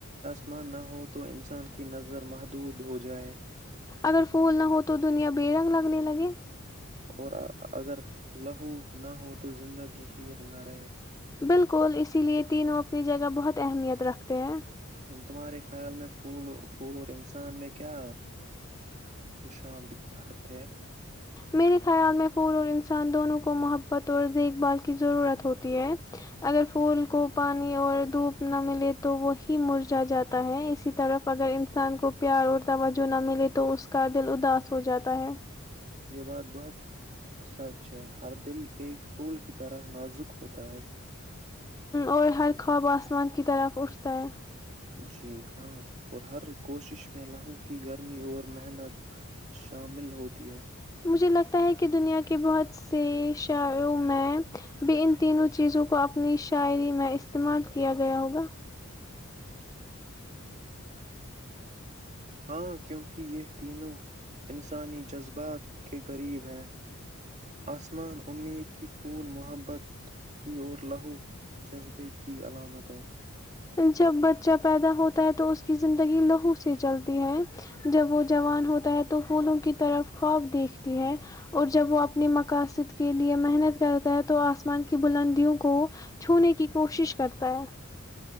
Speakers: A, on the right; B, on the left.
A: اتما نہ ہو تو انسان کی نظر محدود ہو جائے <unintelligible>
B: اگر پھول نہ ہو تو دنیا بے رنگ لگنے لگے
A: اور اگر لہو نہ ہو تو زندگی ہیر نہ رہے <unintelligible>
B: بالکل اسی لیے تینوں اپنی جگہ بہت اہمیت رکھتے ہیں <unintelligible>
A: تمہارے خیال میں پول پھول اور انسان میں کیا مشابت ہے
B: میرے خیال میں پھول اور انسان دونوں کو محبت اور دیکھ بھال کی ضرورت ہوتی ہے اگر پھول کو پانی اور دھوپ نہ ملے تو وہی مرجا جاتا ہے اسی طرف اگر انسان کو پیار اور توجہ نہ ملے تو اس کا دل اداس ہو جاتا ہے
A: یہ بات بہت سچ ہے ہر دل ایک پھول کی طرح نازک ہوتا ہے
B: اور ہر خواب آسمان کی طرف اٹھتا ہے
A: جی ہاں اور ہر کوشش میں لہو کی گرمی اور محنت شامل ہوتی ہے
B: مجھے لگتا ہے کہ دنیا کے بہت سے شاعروں میں بھی ان تینوں چیزوں کو اپنی شاعری میں استعمال کیا گیا ہوگا
A: ہاں کیونکہ یہ تینوں انسانی جذبات کے غریب ہیں آسمان امید کی پھول محبت کی اور لہو جذبے کی علامت ہے
B: جب بچہ پیدا ہوتا ہے تو اس کی زندگی لہو سے چلتی ہے جب وہ جوان ہوتا ہے تو پھولوں کی طرف خواب دیکھ اور جب وہ اپنے مقاصد کے لیے محنت کرتا ہے تو آسمان کی بلندیوں کو چھونے کی کوشش کرتا ہے